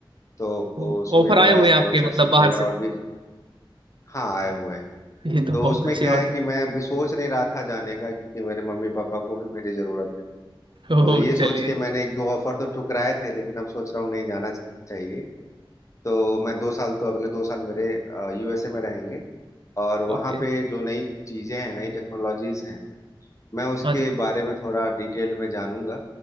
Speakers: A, on the left; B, on the right.
A: तो
B: तो
A: उसमें
B: ऑफर
A: मेरा
B: आए हुए हैं
A: स्पॉन्सरशिप
B: आपके मतलब बाहर
A: वगैरह
B: से
A: और भी हाँ आए हुए हैं
B: ये तो
A: तो
B: बहुत
A: उसमें
B: अच्छी
A: क्या
B: बात
A: है कि
B: है
A: मैं अभी सोच नहीं रहा था जाने का क्योंकि मेरे मम्मी पापा को भी मेरी जरूरत है
B: ओह
A: तो ये सोच
B: चलिए
A: के मैंने एक दो ऑफर तो ठुकराए थे लेकिन अब सोच रहा हूँ नहीं जाना चाहिए तो मैं दो साल तो अगले दो साल मेरे यूएसए में रहेंगे और
B: ओके
A: वहाँ पे जो नई चीज़ें हैं नई टेक्नोलॉजीज हैं मैं उसके
B: हाँ जी
A: बारे में थोड़ा डिटेल में जानूंगा